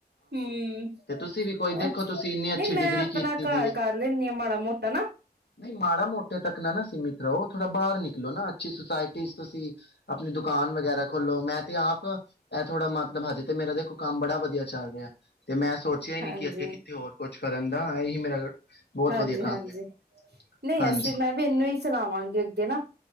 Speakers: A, on the right (about 75°); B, on the left (about 80°).
A: ਹੂੰ
B: ਤੇ ਤੁਸੀਂ ਵੀ ਕੋਈ
A: ਆ,
B: ਦੇਖੋ ਤੁਸੀਂ ਇੰਨੀ ਅੱਛੀ
A: ਨਹੀਂ ਮੈਂ
B: ਡਿਗਰੀ
A: ਆਪਣਾ
B: ਕੀਤੀ
A: ਘਰ
B: ਦੀ ਏ
A: ਕਰ ਲੈਂਣੀ ਆ ਮਾੜਾ- ਮੋਟਾ ਨਾ।
B: ਨਹੀਂ, ਮਾੜਾ- ਮੋਟੇ ਤੱਕ ਨਾਨਾ ਸੀਮਿਤ ਘਹੋ ਥੋੜਾ ਬਾਹਰ ਨਿਕਲੋ ਨਾ ਅਛੀ ਸੋਸਾਇਟੀ ਤੁਸੀਂ ਆਪਣੀ ਦੁਕਾਨ ਵਗੈਰਾ ਖੋਲੋ ਮੈਂ ਆਪ, ਥੋੜਾ ਮਤਲਬ ਅੱਜ ਤੇ ਮੇਰਾ ਦੇਖੋ। ਕੰਮ ਬੜਾ ਵਧੀਆ ਚੱਲ ਰਿਹਾ। ਤੇ ਮੈਂ ਸੋਚਿਆ ਹੀ ਨਹੀਂ
A: ਹਾਂਜੀ
B: ਕਿ ਅੱਗੇ ਕਿੱਥੇ ਹੋਰ ਕੁਝ ਫੜਦਾ ਹੈ ਜੀ ਮੇਰਾ ਬਹੁਤ
A: ਹਾਂਜੀ
B: ਵਧੀਆ ਕੰਮ
A: ਹਾਂਜੀ
B: ਹੈ
A: ਨਹੀਂ
B: ਹਾਂਜੀ
A: ਅਸੀਂ ਮੈਂ ਵੀ ਇਹਨੂੰ ਹੀ ਚੜਾਵਾਂਗੀ ਅੱਗੇ ਨਾ